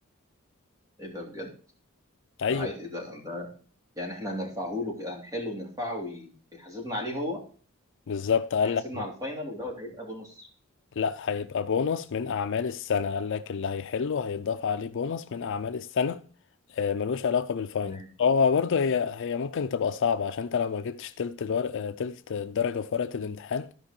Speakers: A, on the right; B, on the left.
A: إيه ده بجد؟
B: ايوه
A: ده عي... إيه ده, ده يعني إحنا هنرفعه له كده هنحله ونرفعه وي- ويحاسبنا عليه هو
B: بالظبط قال
A: يحاسبنا
B: لك
A: على الفاينل ودوت هيبقى بونص
B: لا هيبقى بونص من اعمال السنة قال لك اللي هيحله هيتضاف عليه بونص من اعمال السنة آه، ملوش علاقة بالفاينل
A: تمام
B: هو برضه هي هي ممكن تبقى صعبة عشان انت لو ما جبتش تلت الورق آه، تلت الدرجة في ورقة الامتحان